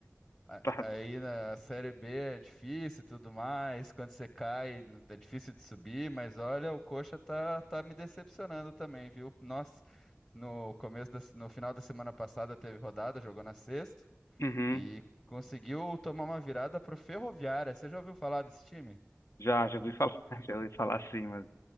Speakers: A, on the left; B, on the left.
A: a-
B: Tá.
A: Aí na Série B é difícil e tudo mais. Quando você cai, n- é difícil de subir, mas olha, o Coxa tá, tá me decepcionando também, viu? Nossa, no começo da, se- no final da semana passada teve rodada, jogou na sexta
B: Uhum.
A: e conseguiu tomar uma virada pro Ferroviária. Você já ouviu falar desse time?
B: Já, já ouvi falar, <laughs> já ouvi falar sim, mas.